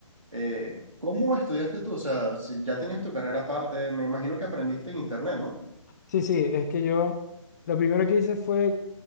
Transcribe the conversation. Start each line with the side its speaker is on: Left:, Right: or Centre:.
Right: Eh, ¿cómo estudiaste tú? O sea, si ya tenías tu carrera aparte, me imagino que aprendiste en internet, ¿no?
Left: Sí, sí, es que yo lo primero que hice fue,